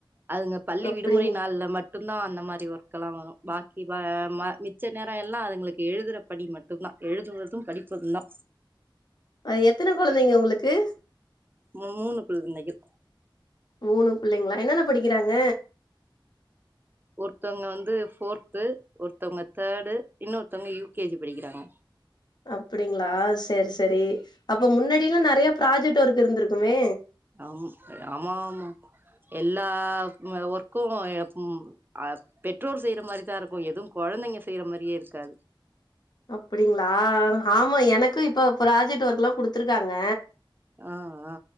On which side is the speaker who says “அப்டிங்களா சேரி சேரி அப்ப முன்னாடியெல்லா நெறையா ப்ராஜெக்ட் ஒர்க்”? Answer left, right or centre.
Left